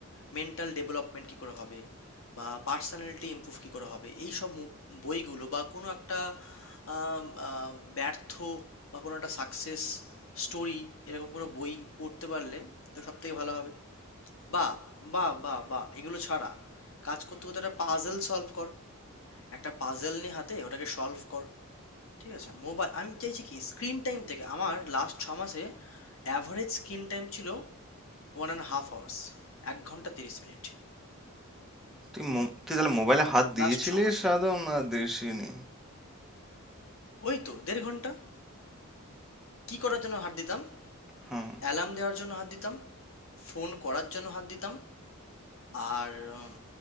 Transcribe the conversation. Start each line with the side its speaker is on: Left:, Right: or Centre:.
Left: মেন্টাল ডেভেলপমেন্ট কি করে হবে বা পার্সোনালিটি ইমপ্রুভ কি করে হবে এই সব মু- বইগুলো বা কোনো একটা আম, আহ, ব্যর্থ বা কোনো একটা সাকসেস স্টোরি এরকম কোনো বই পড়তে পারলে তো সব থেকে ভালো হবে বা বা বা বা এগুলো ছাড়া কাজ করতে করতে একটা পাজেল সলভ কর একটা পাজেল নিয়ে হাতে ওটাকে সলভ কর ঠিক আছে? মোবাইল আমি চাইছি কি স্ক্রিন টাইম থেকে আমার লাস্ট ছ মাসে অ্যাভারেজ স্ক্রিন টাইম ছিল ওয়ান অ্যান্ড হাফ আওয়ার্স এক ঘন্টা তিরিশ মিনিট
Centre: তুই মো- তুই তাহলে মোবাইলে হাত দিয়েছিলিস
Left: লাস্ট ছ মাসে
Centre: আদৌ না দিসনি
Left: ওই তো দেড় ঘন্টা কি করার জন্য হাত দিতাম
Centre: হুম
Left: অ্যালার্ম দেওয়ার জন্য হাত দিতাম ফোন করার জন্য হাত দিতাম আর উম,